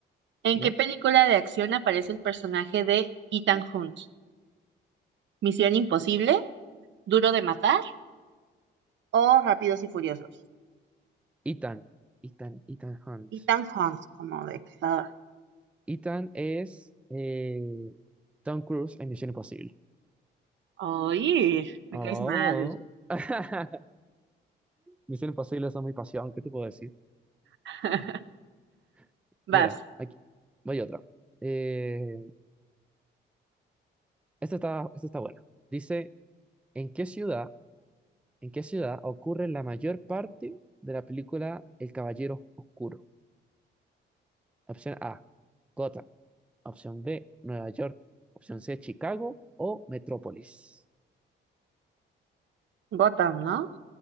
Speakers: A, on the right; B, in the centre.
A: ¿En
B: ¿ya?
A: qué película de acción aparece el personaje de Ethan Hunt? ¿Misión Imposible? ¿Duro de matar? o Rápidos y Furiosos.
B: Ethan, Ethan, Ethan Hunt.
A: Ethan Hunt como de cazador.
B: Ethan es eh, Tom Cruise en Misión Imposible.
A: Oye, me
B: Oh.
A: caes mal.
B: <laughs> Misión Imposible, eso es mi pasión, ¿qué te puedo decir?
A: <laughs>
B: <laughs>
A: Vas.
B: Mira, aquí voy otra. Eh, Esta está, esta está buena. Dice, ¿en qué ciudad, en qué ciudad ocurre la mayor parte de la película El Caballero Oscuro? Opción A, Gotham. Opción B, Nueva York. Opción C, Chicago o Metrópolis.
A: Gotham, ¿no?